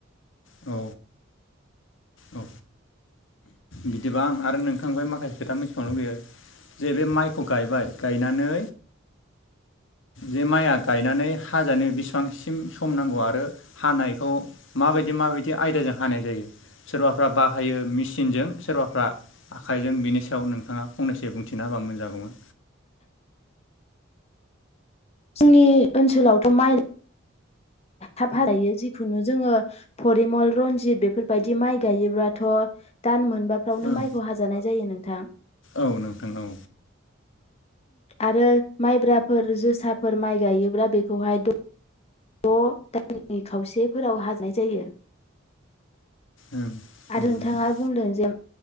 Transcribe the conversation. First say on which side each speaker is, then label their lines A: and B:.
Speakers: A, on the left (about 70°); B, on the left (about 30°).
A: औ औ बिदिबां आरो नोंथां माखासे खोथा मिथिखांनो लुुबैयो जे बे माइखौ गायबाय गायनानै जे माइआ गायनानै हाजानो बेसेबांसिम सम नांगौ आरो हानायखौ माबायदि माबायदि आयदाजों हानाय जायो सोरबाफ्रा बाहायो मेचिनजों सोरबाफ्रा आखाइजों बेनि सायाव नोंथाङा फंनैसो बुंथिना होबा मोनजागौमोन
B: जोंनि ओनसोलावथ माइ थाब हायो जिखुनु जोङो फरिमल रनजित बेफोरबायदि माइ गायोब्लाथ दान मोन माबाफ्रावनो
A: ओं
B: माइखौ हाजानाय जायो नों था
A: औ नोंथां औ
B: आरो माइब्राफोर जोसाफोर माइ गायोब्ला बेखौहाय द दायनि खावसेफोराव हाजानाय जायो।
A: ओं औ
B: आरो नोंथाङा
A: नोंथां
B: बुंदों जे